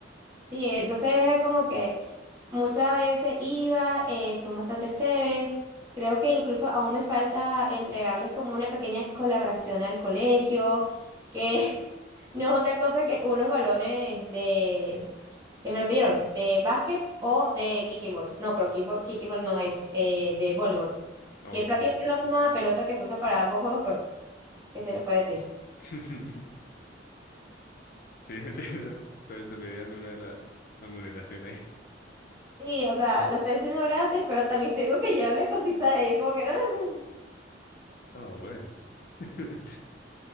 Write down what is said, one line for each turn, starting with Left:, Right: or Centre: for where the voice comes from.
Right: Sí, entonces era como que muchas veces iba, eh, son bastante chéveres. Creo que incluso aún me falta entregarles como una pequeña colaboración al colegio, que <laughs> no es otra cosa que unos balones de, que me lo pidieron, de básquet o de kicking ball. No, pero kicking ball, kicking ball no es, eh, de voleibol,
Left: ok.
Right: que es prácticamente la misma pelota que se usa para ambos juegos, pero ¿qué se le puede decir?
Left: <laughs> Sí, entiendo. Entonces te pedían de una de la remuneración ahí.
Right: Sí, o sea, lo estoy haciendo gratis, pero también tengo que llevarles cositas a ellos, como que... <laughs>
Left: Ah, bueno. <laughs>